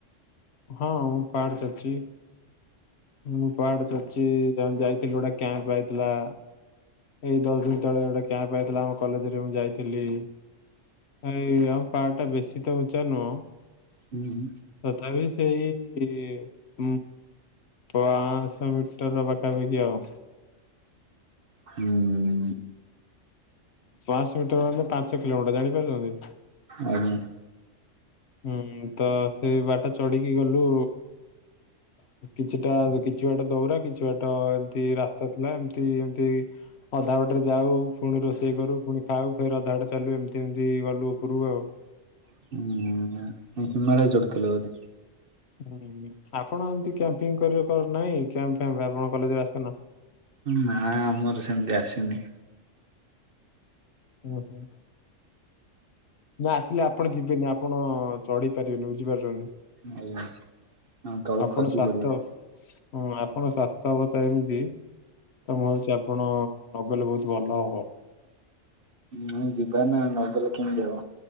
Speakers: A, on the left; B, on the right.
A: ହଁ ମୁଁ ପାହାଡ ଚଢିଛି। ମୁଁ ପାହାଡ ଚଢଚି ଏ ମାନେ ଯାଇଥିଲୁ ଗୋଟେ କ୍ୟାମ୍ପ ଯାଇଥିଲୁ ଆ। ଏଇ ଦଶ ଦିନ ତଳେ ଗୋଟେ କ୍ୟାମ୍ପ ହେଇଥିଲା ଆମ କଲେଜରେ ମୁଁ ଯାଇଥିଲି। ଭାଇ ଆମ ପାହାଡଟା ବେଶୀ ତ ଉଞ୍ଚା ନୁହଁ।
B: ହୁଁ ହୁଁ।
A: ତଥାବି ସେଇ ଉମ୍ ପାଆଂଶ ମିଟର ପାଖାପାଖି ଆଉ।
B: ହୁଁ।
A: ପାଆଁଶ ମିଟର ହେଲେ ପାଞ୍ଚ କିଲୋମିଟର ଜାଣିପାରୁଚନ୍ତି?
B: ଆଜ୍ଞା।
A: ହୁଁ ତ ସେଇ ବାଟା ଚଢିକି ଗଲୁ। କିଛିଟା କିଛି ବାଟ ଦୌରା କିଛି ବାଟ ଏମିତି ରାସ୍ତା ଥିଲା ଏମିତି ଏମିତି ଅଧା ବାଟରେ ଯାଉ ପୁଣି ରୋଷେଇ କରୁ ପୁଣି ଖାଉ ଫେର ଅଧା ବାଟେ ଚାଲୁ ଏମିତି ଏମିତି ଗଲୁ ଉପରକୁ ଆଉ।
B: ହୁଁ ହିମାଳୟ ଚଢୁଥିଲ ବୋଧେ?
A: ହୁଁ ଆପଣ ଏମିତି କ୍ୟାପିଙ୍ଗ କରିଆ କର ନାହିଁ କ୍ୟାମ୍ପ ଫାମ୍ପ ଆପଣ କଲେଜରେ ଆସନା?
B: ନା ଆମର ସେମିତି ଆସିନି।
A: ହୁଁ ହୁଁ। ନା ଆସିଲେ ଆପଣ ଯିବେନି ଆପଣ ଚଢି ପାରିବେନି ବୁଝିପାରୁଚନ୍ତି।
B: ଆଜ୍ଞା। ଆମ ତଳୁ
A: ଆପଣ
B: ଖସି
A: ସ୍ୱାସ୍ଥ୍ୟ
B: ପଡିବ
A: ହଁ ଆପଣଙ୍କ ସ୍ୱାସ୍ଥ୍ୟ ବଧେ ଏମିତି? ତ ମୁଁ ଭାବୁଚି ଆପଣ ନଗଲେ ବହୁତ ଭଲ ହବ।
B: ହ ଯିବା ନା ନଗଲେ କେମିତି ହବ